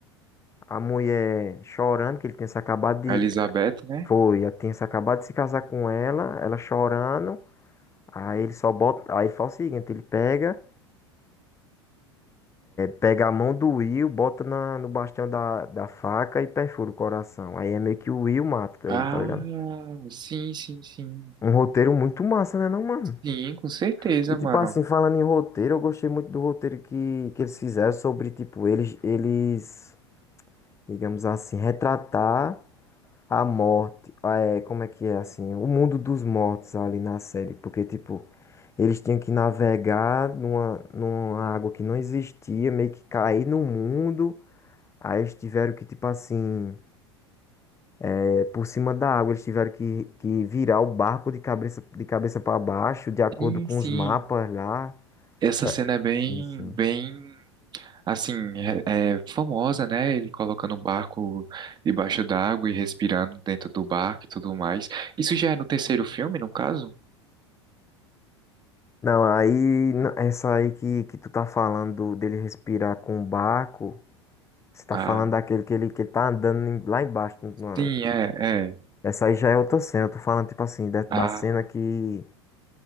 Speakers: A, on the left; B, on the right.
A: a mulher chorando, que ele tinha se acabado de.
B: A Elizabeth, né?
A: Foi, ela tinha se acabado de se casar com ela, ela chorando. Aí ele só bota. Aí ele faz o seguinte, ele pega. Pega a mão do Will, bota na, no bastião da, da faca e perfura o coração. Aí é meio que o Will mata
B: Ah,
A: ele, tá ligado?
B: sim, sim, sim.
A: Um roteiro muito massa, né, não, mano?
B: Sim, com certeza,
A: E tipo
B: mano.
A: assim, falando em roteiro, eu gostei muito do roteiro que, que eles fizeram sobre, tipo, eles, eles, digamos assim, retratar a morte. ah, É, como é que é assim? O mundo dos mortos ali na série. Porque, tipo, eles tinham que navegar numa, numa água que não existia, meio que cair no mundo. Aí eles tiveram que, tipo assim, é, por cima da água, eles tiveram que, que virar o barco de cabeça, de cabeça para baixo, de acordo
B: Sim,
A: com
B: sim.
A: os mapas lá.
B: Essa
A: Ué,
B: cena é bem,
A: Sim, sim.
B: bem, assim, é, é famosa, né? Ele colocando o barco debaixo d'água e respirando dentro do barco e tudo mais. Isso já é no terceiro filme, no caso?
A: Não, aí, n- essa aí que, que tu tá falando do- dele respirar com o barco, você tá
B: Ah,
A: falando daquele que ele, que ele tá andando em- lá embaixo. na-
B: sim, é, é.
A: Essa aí já é outra cena. Eu tô falando, tipo assim, da, da
B: Ah,
A: cena que,